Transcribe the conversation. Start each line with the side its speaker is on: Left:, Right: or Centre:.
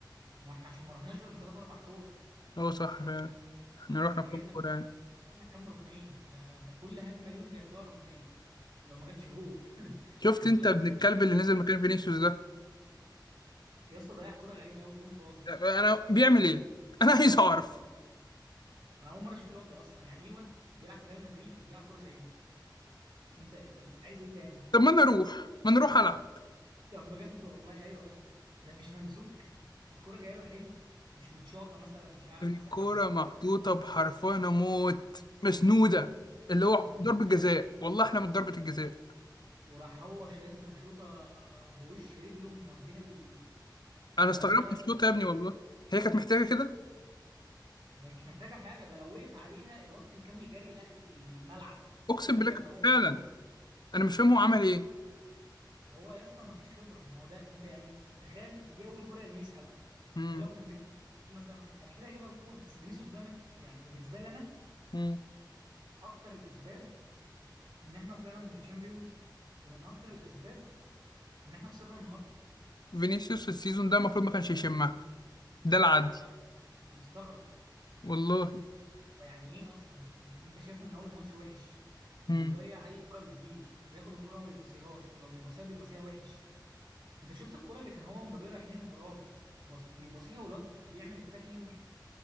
Right: ما احنا عشان ما رحناش غير بثلاث اربع كور
Left: هو صح فعلا احنا رحنا
Right: احنا
Left: بكام
Right: جبنا
Left: كورة يعني
Right: جبنا كام ركنيه ده ده كل هجمه ليهم بياخدوها ركنيه لو ما جاتش جول <laughs>
Left: شفت انت
Right: لو
Left: ابن الكلب اللي نزل مكان فينيسيوس ده
Right: يا اسطى ضيع كوره غريبه قوي الجون فاضي
Left: انا بيعمل ايه انا عايز اعرف
Right: انا اول مره اشوف الواد ده اصلا يعني ايه واد بيلعب في ريال مدريد يضيع كوره زي دي انت طب انت عايز ايه تاني
Left: طب ما انا اروح ما نروح العب
Right: طب بجد والله ايوه يا اسطى ده مش ممسوك الكرة جايه له حلو مش متشاطه مثلا مش عارف
Left: الكرة
Right: مثلا يحطها
Left: محطوطة بحرفان موت مسنودة اللي هو
Right: على مش
Left: ضربة
Right: فاهم،
Left: جزاء والله احنا من ضربة الجزاء
Right: وراح هو شايطها شوطه بوش رجله موديها ال...
Left: انا
Right: موديها
Left: استغربت الشوط يا ابني
Right: طيب.
Left: والله هي كانت محتاجة كده
Right: هي مش محتاجه حاجه ده لو وقف عليها الواد كان كمل جري لاخر الملعب
Left: اقسم
Right: كان وقف
Left: بالله
Right: هيبقى
Left: كانت-
Right: هو
Left: فعلا
Right: هو
Left: انا مش فاهم هو عمل ايه
Right: هو يا اسطى ما فيش خبره ما هو ده انت يعني تخيل دي اول كرة يلمسها بقى
Left: مم.
Right: ده لو كان فينيسيوس مثلا كان اكيد هيجيبها جون بس فينيسيوس ده من يعني بالنسبه لي انا
Left: مم.
Right: اكتر الاسباب ان احنا طلعنا من الشامبيونز ومن اكتر الاسباب ان احنا خسرنا النهارده
Left: فينيسيوس السيزون ده المفروض ما كانش يشمها ده العدل
Right: انا مستغرب
Left: والله
Right: يعني ايه اصلا يعني انت شايفه من اول الماتش وحش وبيضيع
Left: مم.
Right: اي كره بتجيله وبياخد الكره ما بيباصيهاش ولو بيباصيها بيباصيها وحش انت شفت الكره اللي كان هو ومبابي رايحين انفراد بص- بيباصيها والواد بيعمل التاكلينج